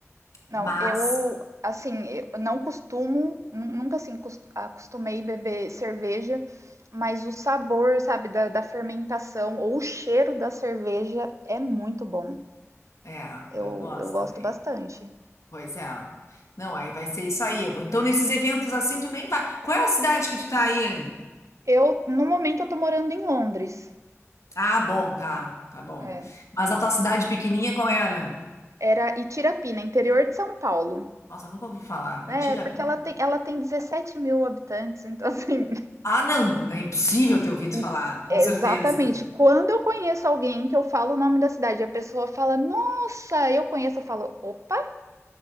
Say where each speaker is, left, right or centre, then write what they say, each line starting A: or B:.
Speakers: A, on the right; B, on the left.
A: Não,
B: Mas,
A: eu assim, eu não costumo, nu- nunca assim cos- acostumei beber cerveja, mas o sabor, sabe, da, da fermentação ou o cheiro da cerveja é muito bom.
B: é,
A: Eu,
B: eu gosto
A: eu gosto
B: também.
A: bastante.
B: Pois é. Não, aí vai ser isso aí. Eu vou- Então, nesses eventos assim, tu nem vai. Qual é a cidade que tu tá aí?
A: Eu, no momento, eu tô morando em Londres.
B: Ah, bom, tá, tá bom.
A: É.
B: Mas a tua cidade pequenininha, qual era?
A: Era Itirapina, interior de São Paulo.
B: Nossa, eu nunca ouvi falar.
A: É,
B: E tira.
A: porque ela tem, ela tem 17 mil habitantes, então assim.
B: Ah, não, não é impossível
A: <laughs>
B: ter ouvido
A: em-
B: falar, com
A: é,
B: certeza.
A: Exatamente. Quando eu conheço alguém que eu falo o nome da cidade, e a pessoa fala, nossa, eu conheço, eu falo, opa,